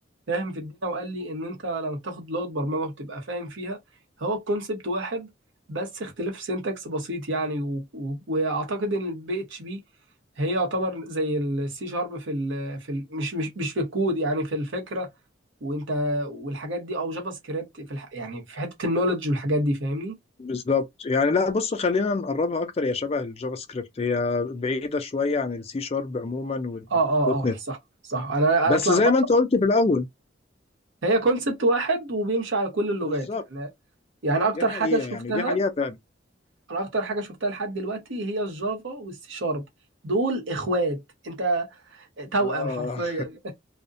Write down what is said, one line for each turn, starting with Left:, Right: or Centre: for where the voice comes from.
Right: فاهم في الدنيا وقال لي ان انت لما تاخد لغه برمجه وتبقى فاهم فيها هو الكونسبت واحد بس اختلاف سينتاكس بسيط يعني و... و... واعتقد ان البي اتش بي هي يعتبر زي السي شارب في ال... في ال... مش مش مش في الكود يعني في الفكره وانت والحاجات دي او جافا سكريبت في الح... يعني في حته النولج والحاجات دي فاهمني
Left: بالظبط يعني لا بص خلينا نقربها اكتر هي شبه الجافا سكريبت هي بعيده شويه عن السي شارب عموما والدوت
Right: اه اه اه
Left: نت
Right: صح صح انا
Left: بس
Right: انا اتلخبطت
Left: زي ما انت قلت في الاول
Right: هي كونسبت واحد وبيمشي على كل اللغات
Left: بالظبط
Right: يعني يعني
Left: دي
Right: اكتر
Left: حقيقه
Right: حاجه شفتها
Left: يعني دي حقيقه فعلا
Right: انا اكتر حاجه شفتها لحد دلوقتي هي الجافا والسي شارب دول اخوات انت توأم
Left: آه
Right: حرفيا